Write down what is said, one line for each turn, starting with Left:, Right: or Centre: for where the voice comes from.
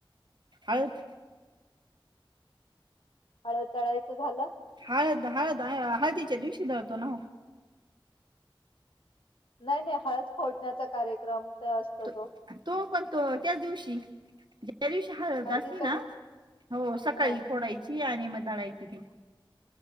Right: हळद
Left: हळद दळायचं झालं
Right: हळद हळद हळदीच्या दिवशी दळतो ना वो.
Left: नाही नाही हळद फोडण्याचा कार्यक्रम? ते असतो
Right: तो तो पण तो त्याच दिवशी. त्या दिवशी हळद
Left: हळदीच्या
Right: असली ना
Left: दिव
Right: हो सकाळी
Left: हा
Right: फोडायची आणि मग दळायची ती.